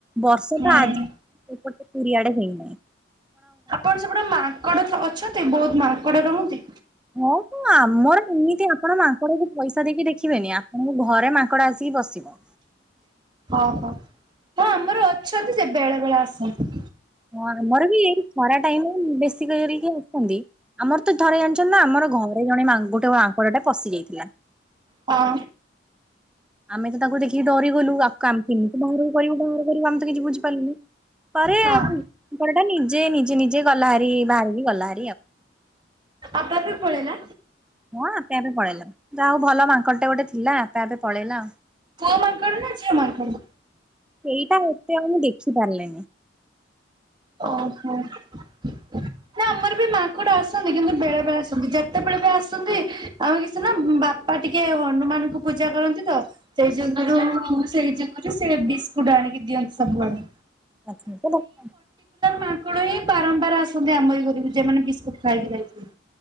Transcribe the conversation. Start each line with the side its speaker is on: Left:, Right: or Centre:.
Centre: ବର୍ଷଟା
Right: ହୁଁ।
Centre: ଆଜି ଏପଟେ ପୁରୀ ଆଡେ ହେଇନି।
Right: ଆପଣ ସେପଟେ ମାଙ୍କଡ ଅଛନ୍ତି ବହୁତ। ମାଙ୍କଡ ରୁହନ୍ତି।
Centre: ହଁ ତ ଆମର ଏମିତି ଆପଣ ମାଙ୍କଡକୁ ପଇସା ଦେଇକି ଦେଖିବେନି ଆପଣଙ୍କ ଘରେ ମାଙ୍କଡ ଆସ ସି ବସିବ।
Right: ଓହୋ। ହଁ ଆମର ଅଛନ୍ତି। ସେ ବେଳେବେେଳେ ଆସନ୍ତି।
Centre: ହଁ ଆମର ବି ଏଇ ଖରା ଟାଇମ ବେଶୀ କରିକି ଆସିନ୍ତି। ଆମର ତ ଥରେ ଜାଣିଛନ୍ତି ନା ଆମର ଘରେ ଜଣେ ଗୋଟେ ମାଙ୍କଡ଼ ଟେ ପଶି ଯାଇଥିଲା।
Right: ହଁ
Centre: ଆମେ ତ ତାକୁ ଦେଖି ଡରି ଗଲୁ କ <unintelligible> ଆମେ କେମିତି ବାହାରକୁ କରିବୁ ବାହାର କରିବୁ ଆମେ ସେ କିଛି ବୁଝିପାରିଲେନି। ପରେ
Right: ହଁ।
Centre: <unintelligible> ନିଜେ ନିଜେ ନିଜେ ଗଲା ହରି ବାହାରିକି ଗଲା
Right: ଆପେ ଆପେ ପଳେଇଲା।
Centre: ହଁ ଆପେ ଆପେ ପଳେଇଲା ଯାହା ହୋଉ ଭଲ ମାଙ୍କଡଟେ ଗୋଟେ ଥିଲା ଆପେ ଆପେ ପଳେଇଲା ଆଉ।
Right: ପୁଅ ମାଙ୍କଡ଼ ନା ଝିଅ ମାଙ୍କଡ।
Centre: ଏଇଟା ଏତେ ଆଉ ଦେଖି ପାରିଲିନି।
Right: ଓଃହୋ ନା ଆମର ଏଇ ମାଙ୍କଡ଼ ଆ ଆସନ୍ତି କିନ୍ତୁ ବେଳେବେଳେ ଆସନ୍ତି କେତେବେଳେ ବି ଆସନ୍ତି ଆଉ କିଛି ନା ବାପା ଟିକେ ହନୁମାନଙ୍କୁ ପୂଜା କରନ୍ତି ତ। ସେଇ <inaudible> ସେଇ ଯୋଗୁରୁ ସେ ବିସ୍କୁଟ ଆଣିକି ଦିଅନ୍ତି ସବୁଆଡେ।
Centre: <inaudible>
Right: ମାଙ୍କଡ ହିଁ ବାରମ୍ବାର ଆସନ୍ତି ଆମ ଏଇ ଘରକୁ ଯୋଉମାନେ ବିସ୍କୁଟ ଖାଇକି ଯାଇଥି